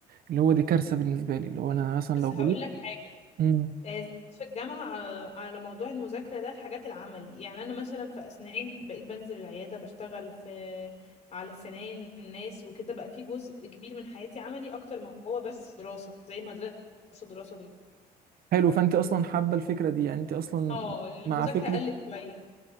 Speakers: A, on the right (about 60°); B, on the left (about 40°).
A: اللي هو دي كارثة بالنسبة لي اللي هو انا مثلا
B: بس
A: لو
B: هقول لك حاجة
A: غلطت
B: آه، زادت في الجامعة آه، على موضوع المذاكرة ده الحاجات العملي يعني أنا مثلا في أسنان بقيت بنزل العيادة بشتغل في على سنان الناس وكده بقى في جزء كبير من حياتي عملي أكتر ما هو بس دراسة زي المدرسة دراسة دراسة دراسة
A: حلو فانت اصلا حابه الفكره دي يعني انت اصلا
B: اه المذاكرة
A: مع فكره
B: قلت شوية